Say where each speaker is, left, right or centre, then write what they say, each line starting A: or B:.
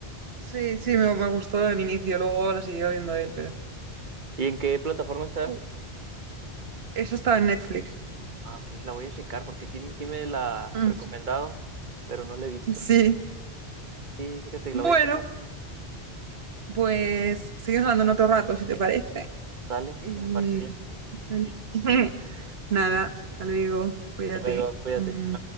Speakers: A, on the right; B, on the right.
A: Sí, sí, me, me gustó el inicio, luego la siguió viendo él, pero sí.
B: ¿Y en qué plataforma está?
A: Uh, eso estaba en Netflix.
B: Ah, ok, la voy a checar porque sí, me- sí me la han
A: Mm,
B: recomendado, pero no la he visto.
A: sí.
B: Sí, fíjate que
A: Bueno,
B: la voy a checar.
A: pues seguimos hablando en otro rato, si te parece.
B: Sale,
A: Y...
B: me parece bien.
A: <laughs> Nada, hasta luego, cuídate.
B: Hasta luego, cuídate.
A: Mm.